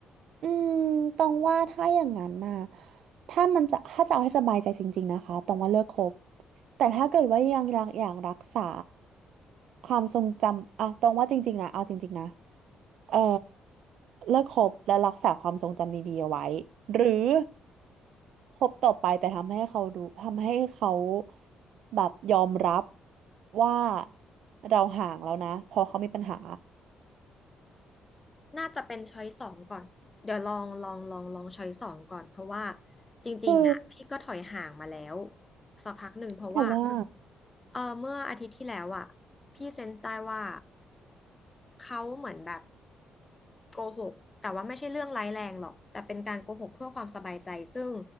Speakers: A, on the right; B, on the left.
A: อืมตองว่าถ้าอย่างนั้นน่ะถ้ามันจะถ้าจะเอาให้สบายใจจริงๆนะคะตองว่าเลิกคบแต่ถ้าเกิดว่ายังรักอย่างรักษาความทรงจำอ่ะตองว่าจริงๆนะเอาจริงๆนะเอ่อเลิกคบและรักษาความทรงจำดีๆเอาไว้หรือคบต่อไปแต่ทำให้เขาดูทำให้เขาแบบยอมรับว่าเราห่างแล้วนะเพอเขามีปัญหา
B: น่าจะเป็นช้อยสองก่อนเดี๋ยวลองลองลองลองช้อยสองก่อนเพราะว่าจริงๆอ่ะพี่ก็ถอยห่างมาแล้ว
A: คือ
B: สักพักหนึ่งเพราะว่า
A: แต่ว่า
B: เออเมื่ออาทิตย์ที่แล้วอ่ะพี่เซนส์ได้ว่า เขาเหมือนแบบโกหกแต่ว่าไม่ใช่เรื่องร้ายแรงหรอกแต่เป็นการโกหกเพื่อความสบายใจซึ่ง